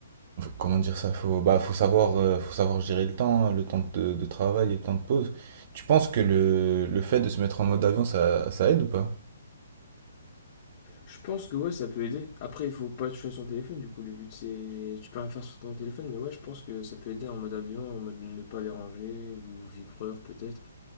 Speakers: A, on the right (about 45°); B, on the left (about 40°).
A: comment dire ça, faut bah faut savoir, euh, faut savoir gérer le temps, le temps de, de travail et le temps de pause. Tu penses que le, le fait de se mettre en mode avion, ça, ça aide ou pas?
B: Je pense que ouais, ça peut aider. Après, il faut pas toucher à son téléphone, du coup, le but c'est. Tu peux rien faire sur ton téléphone, mais ouais, je pense que ça peut aider en mode avion, en mode ne pas déranger, ou vibreur peut-être.